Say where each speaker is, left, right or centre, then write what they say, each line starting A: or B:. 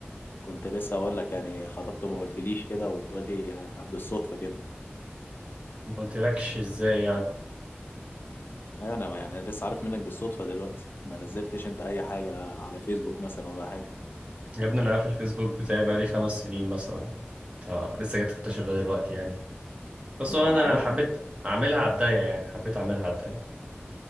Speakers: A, on the left; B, on the right.
A: كنت لسه اقول لك يعني خطبته ما قلتليش كده وبتقول لي آه، بالصدفة كده
B: ما قلتلكش ازاي يعني
A: ايوه انا ما يعني لسه عارف منك بالصدفة دلوقتي ما نزلتش انت اي حاجة على فيسبوك مثلا ولا حاجة
B: يا ابني انا قافل الفيسبوك بتاعي بقالي خمس سنين مثلا انت لسه جاي تكتشف ده دلوقتي يعني بس
A: ما
B: هو
A: انا
B: انا
A: عارف
B: حبيت اعملها على الضيق يعني حبيت اعملها على الضيق